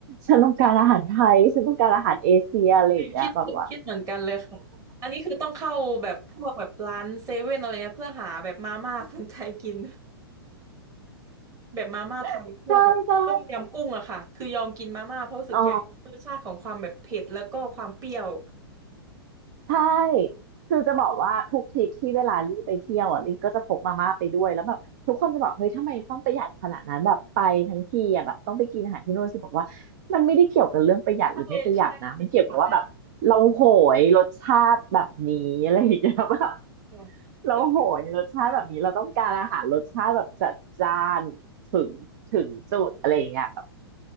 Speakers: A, on the right (about 45°); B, on the right (about 25°).
A: ฉันต้องการอาหารไทยฉันต้องการอาหารเอเชียอะไรอย่างเงี้ยแบบว่า
B: คิดคิดเหมือนกันเลยค่ะอันนี้คือต้องเข้าแบบพวกแบบร้านเซเว่นอะไรเงี้ยเพื่อหาแบบมาม่าคนไทยกิน แบบมาม่าไทยพวกแบบต้มยำกุ้งอะค่ะคือยอมกินมาม่าเพราะรู้สึกอยากชาติของความแบบเผ็ดแล้วก็ความเปรี้ยว
A: <laughs> ใช่ใช่อ๋อ ใช่คือจะบอกว่าทุกทริปที่เวลาลี่ไปเที่ยวอ่ะลี่ก็จะพกมาม่าไปด้วยแล้วแบบทุกคนจะบอกเฮ้ยทำไมต้องประหยัดขนาดนั้นแบบไปทั้งทีอ่ะแบบต้องไปกินอาหารที่โนู่นสิบอกว่ามันไม่ได้เกี่ยวกับเรื่องประหยัดหรือไม่ประหยัดนะมันเกี่ยวกับว่าแบบเราโหยรสชาติแบบนี้อะไรอย่างเงี้ยแบบ
B: ใช่ใช่จริงค่ะค่ะคือ
A: แล้วโหยรสชาติแบบนี้เราต้องการอาหารรสชาติแบบจัดจ้านถึงถึงจุดอะไรอย่างเงี้ยแบบ